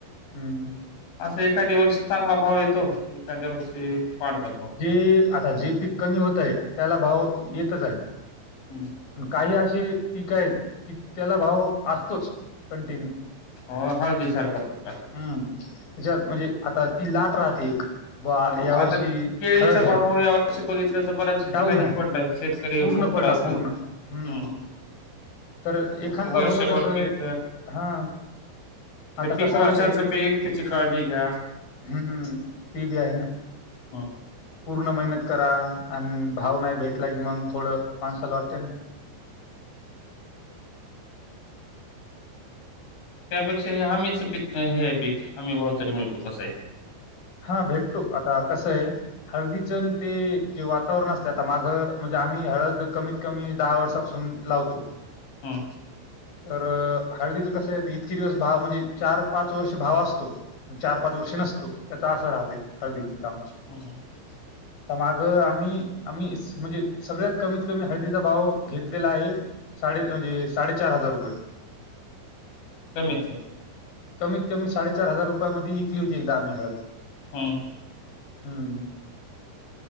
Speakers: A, on the left; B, on the left.
A: हम्म.
B: असं एखाद्या वर्षी चांगला भाव येतो एखाद्या वर्षी पाडतात भाव.
A: ते आता जे पीक कमी होत आहे त्याला भाव येतच आहे.
B: हं.
A: काही असे पीक आहेत की त्याला भाव असतोच कंटिन्यू
B: हो हळदी सारखा प्रकार
A: हम्म, त्याच्यात म्हणजे आता ती लाट राहते एक. बा
B: हो
A: यावर्षी
B: आता केळीचा
A: हळद
B: भाव
A: आहे
B: या वर्षी बघितलं त बऱ्याच
A: डाऊन
B: ठिकाणी
A: आहे
B: पडलाय शेत करी
A: पूर्ण
B: खूप
A: पडला
B: त्रासलेत.
A: पूर्ण हम्म
B: हा,
A: तर एखादबार
B: अस वर्षभर
A: होत तसं
B: पीक
A: हा
B: ते
A: आता
B: पीक
A: कसं
B: वर्षाच
A: राहते
B: पीक त्याची काळजी घ्या.
A: हम्म, ते बी आहे ना,
B: हा,
A: पूर्ण मेहनत करा. आणि भाव नाही भेटला की मग थोडं माणसाला वाटते ना,
B: त्यापेक्षा हे हामीच पीक हे आहे पीक हामी भाव तरी मिळतो कसा ही.
A: हा भेटतो. आता कस आहे? हळदीचं ते जे वातावरण असते आता माग म्हणजे आम्ही हळद कमीत कमी दहा वर्षांपासू हम्म, लावतो.
B: हम,
A: तर हळदीचं कसं आहे? इतके दिवस भाव म्हणजे चार पाच वर्ष भाव असतो. चार पाच वर्ष नसतो. त्याचा असं राहते हळदीचं काम.
B: <unintelligible>
A: आता मागं आम्ही आम्ही स म्हणजे सगळ्यात कमीत कमी हळदीचा भाव घेतलेला आहे. साडे म्हणजे साडेचार हजार रुपये. <inaudible>
B: कमीथ
A: कमीत कमी साडेचार हजार रुपया मधी ईकली होती एकदा आम्ही हळद.
B: ह ह,
A: हम्,